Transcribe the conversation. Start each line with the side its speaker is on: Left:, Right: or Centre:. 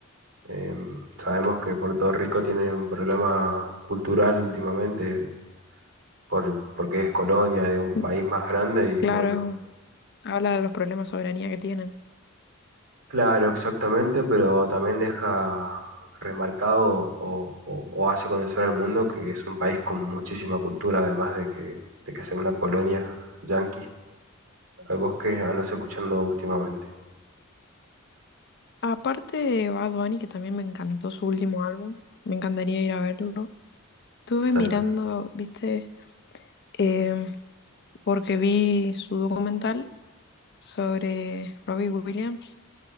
Right: Em, sabemos que Puerto Rico tiene un problema cultural últimamente por, porque es colonia de un
Left: ujú.
Right: país más grande y
Left: Claro,
Right: bueno,
Left: habla de los problemas de soberanía que tienen.
Right: claro, exactamente, pero también deja remarcado o, o- o hace conocer al mundo que es un país con muchísima cultura, además de que, de que sea una colonia yanqui. Eh, ¿Vos que andas escuchando últimamente?
Left: Aparte de Bad Bunny, que también me encantó su último álbum, me encantaría ir a verlo. Estuve
Right: Sí.
Left: mirando, viste, Em, porque vi su documental sobre Robbie Williams.